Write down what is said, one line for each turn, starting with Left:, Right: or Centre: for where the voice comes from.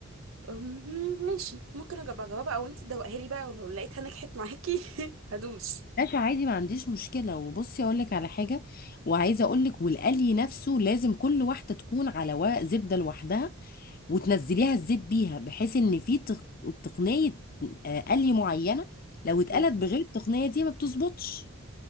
Right: أمم، ماشي ممكن اجيب اجاوبها او انت تدوقها لي بقى ولو لقيتها نجحت معاكي <laughs> هدوس
Left: ماشي عادي ما عنديش مشكله وبصي اقول لك على حاجه وعايزه اقول لك والقلي نفسه لازم كل واحده تكون على ورق زبده لوحدها وتنزليها الزيت بيها بحيث ان في تق- تقنيه آه، قلي معينه لو اتقلت
Right: أمم.
Left: بغير التقنيه دي ما بتظبطش